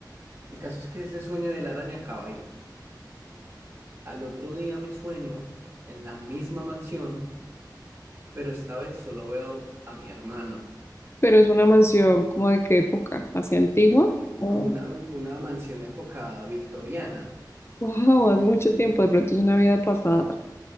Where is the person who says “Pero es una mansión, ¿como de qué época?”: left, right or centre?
Left